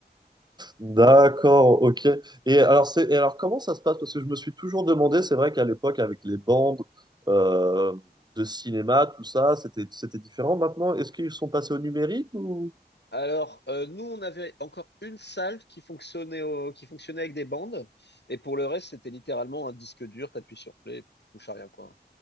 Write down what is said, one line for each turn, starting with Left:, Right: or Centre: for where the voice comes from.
Right: D'accord, ok. Et alors, c'est, et alors, comment ça se passe? Parce que je me suis toujours demandé, c'est vrai qu'à l'époque, avec les bandes euh, de cinéma, tout ça, c'était, c'était différent. Maintenant, est-ce qu'ils sont passés au numérique ou...
Left: Alors, euh, nous, on avait encore une salle qui fonctionnait, au- qui fonctionnait avec des bandes. Et pour le reste, c'était littéralement un disque dur, t'appuies sur play, touche à rien, quoi.